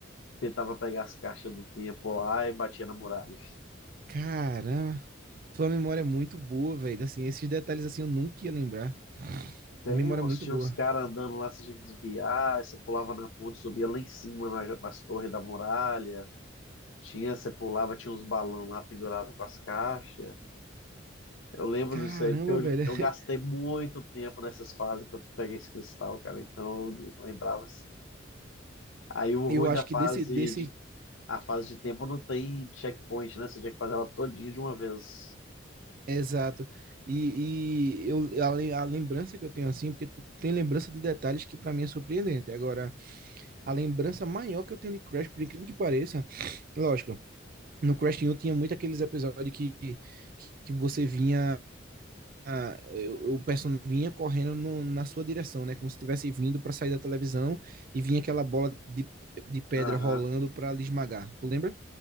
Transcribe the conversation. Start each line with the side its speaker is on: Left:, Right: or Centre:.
Left: tentava pegar as caixas do tempo lá e batia na muralha.
Right: Caramba, tua memória é muito boa, velho. Assim, esses detalhes assim eu nunca ia lembrar.
Left: Tem,
Right: Memória
Left: moço,
Right: muito
Left: tinha
Right: boa.
Left: uns caras andando lá, você tinha que desviar, aí você pulava na ponte, subia lá em cima na- nas torres da muralha. Tinha, você pulava, tinha uns balão lá pendurado com as caixas. Eu lembro
Right: Caramba,
Left: disso aí, porque
Right: velho.
Left: eu,
Right: <laughs>
Left: eu gastei muito tempo nessas fases para pegar esse cristal, cara. Então eu lembrava assim. Aí o
Right: Eu
Left: ruim
Right: acho
Left: da fase
Right: que desse, desse,
Left: de, a fase de tempo não tem checkpoint, né? Você tinha que fazer ela todinha de uma vez.
Right: exato. E, e eu, a, lem- a lembrança que eu tenho assim, porque tu tem lembrança de detalhes que pra mim é surpreendente. Agora, a lembrança maior que eu tenho de Crash, por incrível que pareça, lógico, no Crash 1 tinha muito aqueles episódios que, que que você vinha a- eu- o personagem vinha correndo no- na sua direção, né? Como se estivesse vindo para sair da televisão e vinha aquela bola de, de pedra
Left: Aham.
Right: rolando para lhe esmagar. Tu lembra?